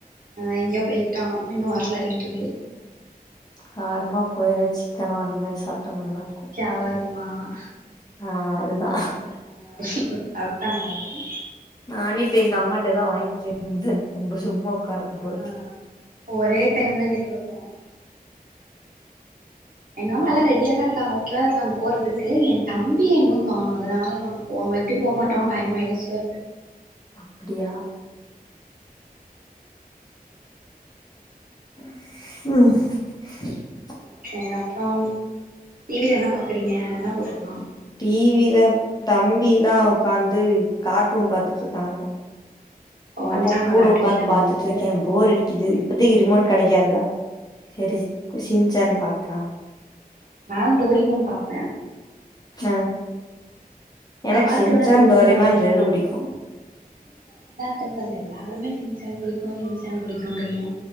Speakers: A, on the right (about 65°); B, on the left (about 25°).
A: ஆ எங்கயோ போயிட்டான் இன்னு வரல வீட்டுக்கு
B: காரமா போயாச்சு சிக்கனு அந்த மாரி சாப்ட்டா நல்லா
A: ஆமா
B: இருக்கு
A: கியவருமா ஆ
B: ஆ அதுதா
A: ஆ வரிஷிக்கு ஆவட் நல்லாருக்கு
B: நானே இப்ப எங்க அம்மாட்ட தா வாங்கிக்கே இருக்கே சும்மா உக்கார போர்
A: ஆ இப்ப ஒரே டைம்ல கேட்டு வப்போ எங்கம்மா
B: அம்மா
A: எல்லா ரெடியா தா இருக்காங்க ஓ கேர்லாங்க போறதுக்கு எ தம்பியன்னு காணு அதனால நாங்க போகாமே டி போமாட்டோ டைம் ஆயிடுச்சு
B: அப்டியா உ
A: ஓகே அப்றோ டிவில என்ன பாக்குறீங்க என்ன போட்ருக்கா
B: டி வில தம்பிலா உக்காந்து கார்ட்டூன் பாத்துட்ருக்காங்க
A: வன்ட்டாங்களா
B: அப்ப கூட உக்காந்
A: டியூஷன்ல
B: பாத்துட்ருக்கே
A: இருந்து
B: போர் அடிக்குது த்திக்கு ரிமோட் கடைக்காதா செரி சின்சேன் பாக்கலா
A: நானோ டோரிமான் பாப்பே
B: ஆ எனக்கு
A: கார்ட்டூனா
B: ஷின்சான் டோரிமான்
A: தா
B: ரெண்டு பிடிக்கோ
A: கின் தெர்ல எல்லாருமே சிச்சான் புடிக்கோ சிச்சான் புடிக்கோன்றீங்க